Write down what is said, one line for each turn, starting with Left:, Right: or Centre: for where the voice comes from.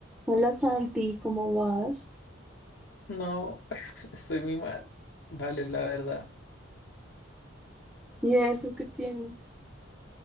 Centre: Hola Santi, ¿cómo vas?
Left: No, <laughs> estoy muy mal. Vale, la verdad.
Centre: ¿Y eso qué tienes?